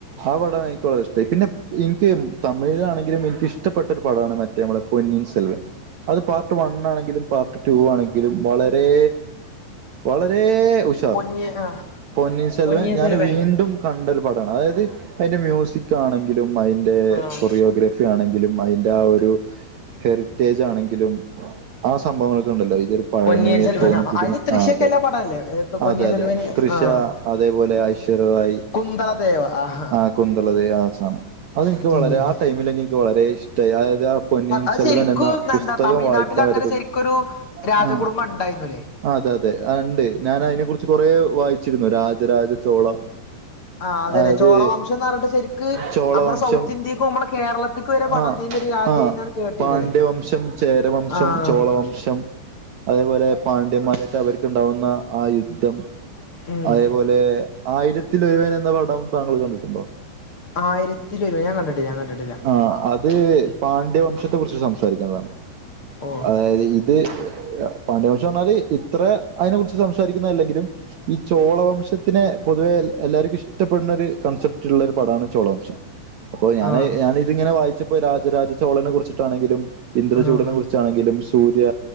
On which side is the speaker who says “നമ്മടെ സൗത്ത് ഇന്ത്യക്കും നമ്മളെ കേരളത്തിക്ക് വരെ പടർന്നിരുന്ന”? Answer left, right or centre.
Left